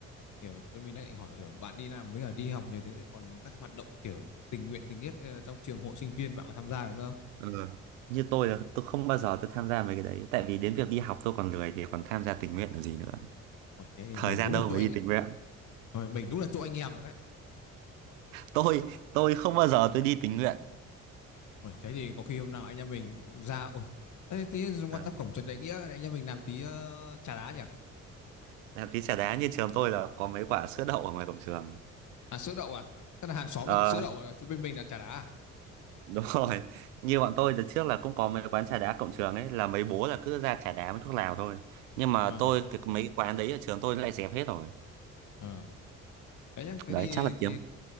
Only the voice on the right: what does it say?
Ừ. Như tôi là tôi không bao giờ tôi tham gia mấy cái đấy Tại vì đến việc đi học tôi còn lười Thì còn tham gia tình nguyện làm gì nữa
Thời
gian
đâu
mà
đi tình nguyện
Tôi tôi không bao giờ tôi đi tình nguyện
Đấy.
Làm tí trà đá như trường tôi là có mấy quả sữa đậu ở ngoài cổng trường
Ờ
đúng rồi Như bọn tôi từ trước là cũng có mấy quán trà đá cổng trường ấy Là mấy bố là cứ ra trà đá với thuốc lào thôi Nhưng mà
tôi cái, mấy cái quán đấy ở trường tôi nó lại dẹp hết rồi
Đấy
chắc là kiếm